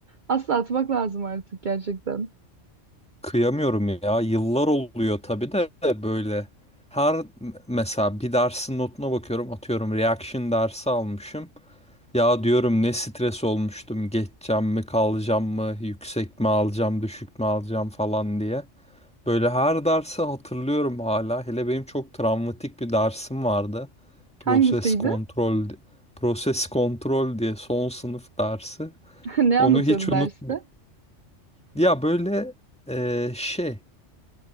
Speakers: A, on the right; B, in the centre.
A: Asla atmak lazım artık gerçekten.
B: Kıyamıyorum ya. Yıllar oluyor tabii de böyle. Her mesela bir dersin notuna bakıyorum. Atıyorum reaction dersi almışım. Ya diyorum ne stres olmuştum. Geçeceğim mi, kalacağım mı, yüksek mi alacağım, düşük mü alacağım falan diye. Böyle her dersi hatırlıyorum hala. Hele benim çok travmatik bir dersim vardı. Proses
A: Hangisiydi?
B: kontrol,
A: <laughs>
B: proses kontrol diye son sınıf dersi.
A: Ne
B: Onu
A: anlatıyordu
B: hiç unutmuyorum.
A: derste?
B: Ya böyle eee, şey